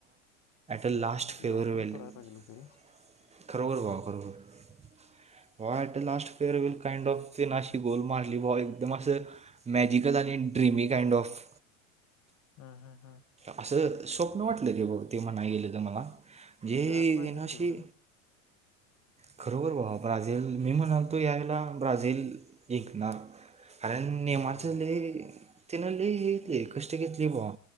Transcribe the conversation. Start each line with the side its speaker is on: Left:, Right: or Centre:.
Right: ला फेवेल
Left: लवकर उतराय
Right: <unintelligible>
Left: पाहिजे होत रे
Right: खरोखर भावा खरोबर what a last fair will kind of ते नाश ती गोल मारली बॉ एकदम असं मॅजिकल आणि ड्रीमी काइंड ऑफ
Left: हं हं!
Right: असं स्वप्न वाटलं कि बघ ते म्हणा गेले तर मला. ज ये
Left: जायला पाहिजे
Right: नाशी
Left: होत रे पुढं
Right: खरोबर बाबा ब्राझील मी म्हणालतो यावेेळेला ब्राझील ऐकणार. आणि र नेमच
Left: अरे
Right: तिन लय कष्ट घेतली बाबा.